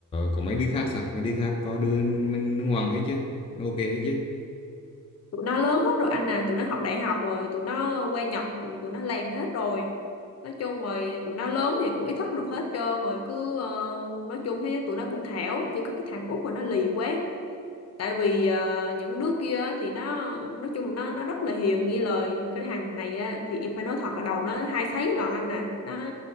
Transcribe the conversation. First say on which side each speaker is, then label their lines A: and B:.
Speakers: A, on the left; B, on the left.
A: còn mấy đứa khác sao mấy đứa khác có đứa nó ngoan hết chứ nó ok hết chứ
B: tụi nó lớn hết rồi anh à tụi nó học đại học rồi tụi nó qua Nhật rồi tụi nó làm hết rồi nói chung rồi tụi nó lớn thì cũng ý thức được hết trơn rồi cứ ờ, nói chung thấy tụi nó cũng thảo chỉ có cái thằng út mà nó lì quá tại vì ờ, những đứa kia á thì nó nói chung nó nó rất là hiền nghe lời nhưng mà cái thằng này á thì em phải nói thật là đầu nó hai sấy lận anh nè nó